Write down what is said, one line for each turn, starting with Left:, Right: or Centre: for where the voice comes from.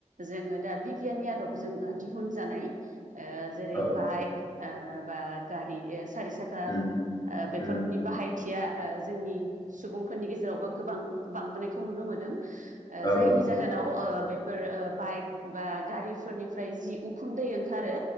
Right: जोङो दा बिगियाननि आदबजों दिहुनजानाय ओ जेरै
Left: औ
Right: बाइक ओ बा गारि ओ सारि साखा
Left: उम
Right: ओ बेफोरनि
Left: उम
Right: बाहायथिया ओ जोंनि सुबुंफोरनि गेजेरावबो गोबां। बांबोनायखौ नुनो मोनदों ओ
Left: औ
Right: जायनि
Left: औ
Right: जाहोनाव ओ बेफोर ओ बाइक बा गारिफोरनिफ्राय जि उखुन्दै ओंखारो